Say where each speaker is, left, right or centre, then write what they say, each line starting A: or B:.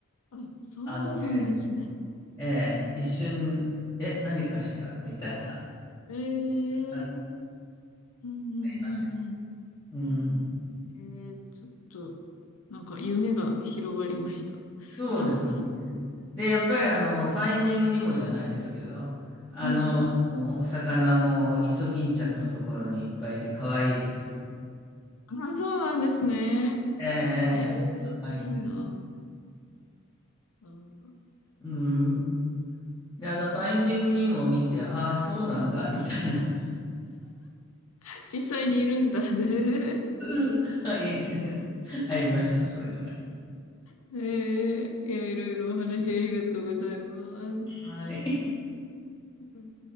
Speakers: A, on the left (about 75°); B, on the left (about 20°).
A: あ、そうなんですね。
B: あのええええ一瞬、え、何かしらみたいな、
A: ええうん
B: ああ
A: うんうんうん。
B: りますけど。うん、
A: ええちょっと、なんか夢が広がりました。
B: そうですね。
A: <laughs>
B: で、やっぱりあの、ファインディングにもじゃないですけど、あの、
A: はい。
B: お魚もイソギンチャクのところにいっぱいいて可愛いですよ。
A: あ、そうなんですね。
B: ええ可愛いです
A: ええいいな。小
B: うん。で、あの、ファインディングにも見て、ああ、そうなんだ、みたいな。
A: さ実際にいるんだね。
B: <laughs> はい。<laughs> ありました、そういうのが。
A: <laughs> ええいや、いろいろお話ありがとうございます。
B: はい。
A: うん